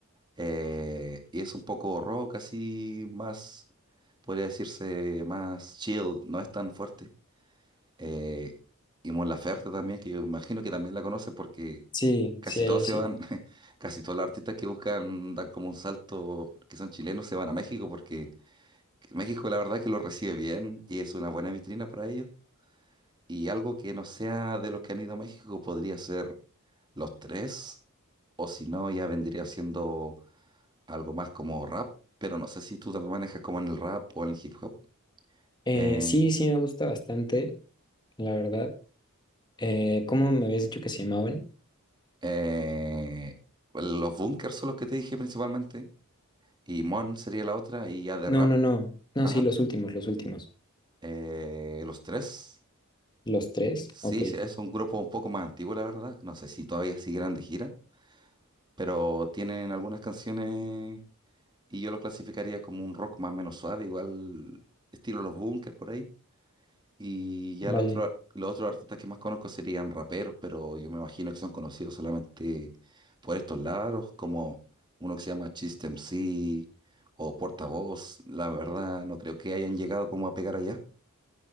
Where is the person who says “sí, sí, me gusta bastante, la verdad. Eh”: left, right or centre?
Left